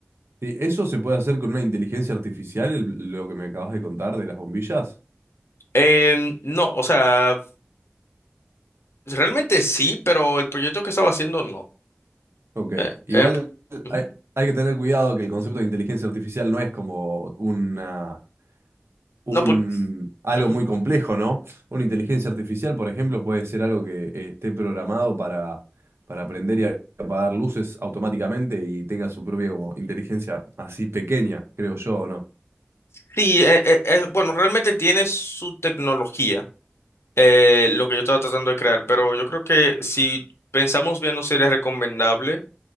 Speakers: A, on the right; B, on the left.
A: sí, eso se puede hacer con una inteligencia artificial, el- lo que me acabas de contar de las bombillas.
B: Em, no, o sea, Pues, Realmente sí, pero el proyecto que estaba haciendo no.
A: Ok,
B: Eh,
A: igual
B: eh, pro- ujú.
A: hay, hay que tener cuidado que el concepto de inteligencia artificial no es como una, un,
B: No, por-
A: algo
B: ujú.
A: muy complejo, ¿no? Una inteligencia artificial, por ejemplo, puede ser algo que eh, esté programado para, para prender y apagar luces automáticamente y tenga su propia como, inteligencia así pequeña, creo yo, ¿o no?
B: Sí, eh, eh, eh, bueno, realmente tiene su tecnología, eh, lo que yo estaba tratando de crear, pero yo creo que si pensamos bien no sería recomendable